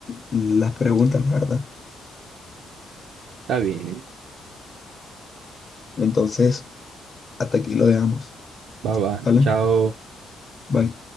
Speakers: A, on the left; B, on the right.
A: las preguntas, la verdad.
B: bien.
A: Entonces, hasta aquí lo dejamos.
B: Bye bye.
A: ¿Vale?
B: Chao.
A: Bye.